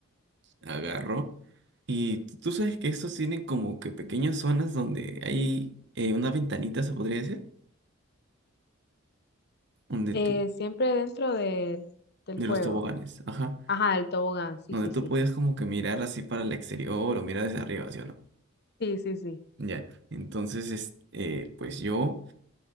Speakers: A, on the right; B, on the left.
A: agarro y t- tú sabes que estos tienen como que pequeñas zonas donde hay eh, una ventanita, se podría decir, donde
B: Eh,
A: tú,
B: siempre dentro de- del
A: de
B: juego.
A: los toboganes, ajá,
B: Ajá, del tobogán, sí,
A: donde
B: sí,
A: tú
B: sí.
A: podías como que mirar así para el exterior o mirar desde arriba, ¿sí o no?
B: Sí, sí, sí.
A: Ya, entonces, es, eh, pues yo,